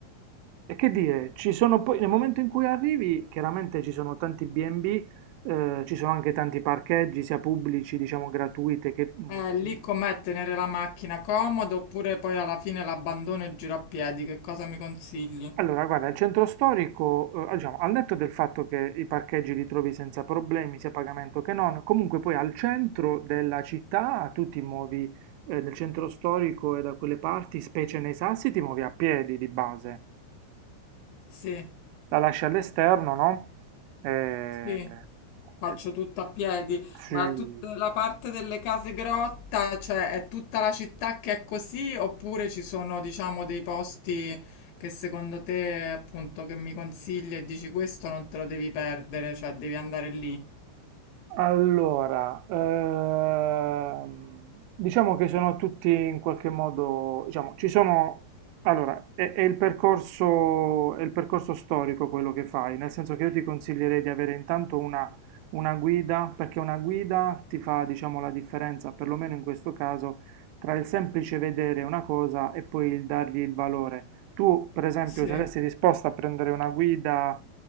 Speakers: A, on the right; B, on the left.
A: e che dire, ci sono poi, nel momento in cui arrivi, chiaramente ci sono tanti B&B, eh, ci sono anche tanti parcheggi, sia pubblici, diciamo gratuite, che, mm,
B: Eh, lì com'è tenere la macchina comodo oppure poi alla fine l'abbandono e giro a piedi? Che cosa mi consigli?
A: Allora, guarda, il centro storico, eh, diciamo, al netto del fatto che i parcheggi li trovi senza problemi, sia a pagamento che non, comunque poi al centro della città tu ti muovi, eh, nel centro storico e da quelle parti, specie nei Sassi, ti muovi a piedi di base.
B: Sì,
A: La lasci all'esterno, no? Eh,
B: sì, faccio
A: eh,
B: tutta a piedi,
A: sì,
B: ma tutta la parte delle case grotta, cioè è tutta la città che è così oppure ci sono, diciamo, dei posti che secondo te, appunto, che mi consigli e dici questo non te lo devi perdere, cioè devi andare lì?
A: Allora, ehm, diciamo che sono tutti in qualche modo, diciamo, ci sono, allora, è, è il percorso, è il percorso storico quello che fai, nel senso che io ti consiglierei di avere intanto una, una guida, perché una guida ti fa, diciamo, la differenza, perlomeno in questo caso, tra il semplice vedere una cosa e poi il dargli il valore. Tu, per esempio,
B: Sì.
A: saresti disposta a prendere una guida,